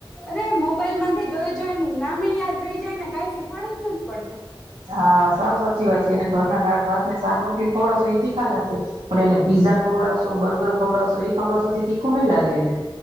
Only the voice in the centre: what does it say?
અરે મોબાઈલ માંથી જોઈ જોઈને નામે યાદ રહી જાય ને કઈ શીખવાડવું જ નથી પડતું